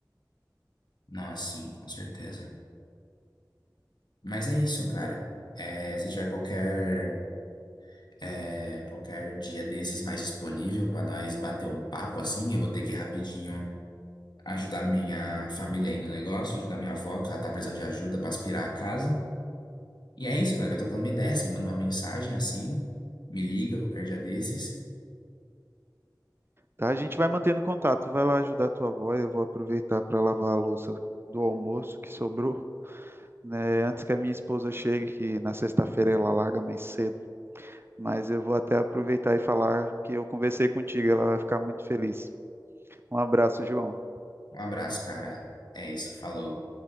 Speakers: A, on the left; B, on the right.
A: Não, sim, com certeza. Mas é isso, cara. É, se tiver qualquer, é, qualquer dia desses mais disponível pra nós bater um papo assim, eu vou ter que ir rapidinho ajudar minha família aí no negócio, ajudar minha avó, que ela tá precisando de ajuda pra aspirar a casa. E é isso, mano. Vai trocando uma ideia, você manda uma mensagem assim, me liga qualquer dia desses.
B: Tá? A gente vai mantendo contato. Vai lá ajudar a tua avó, eu vou aproveitar para lavar a louça do almoço que sobrou, né? Antes que a minha esposa chegue, que na sexta-feira ela larga mais cedo. Mas eu vou até aproveitar e falar que eu conversei contigo, ela vai ficar muito feliz. Um abraço, João.
A: Um abraço, cara. É isso, falou.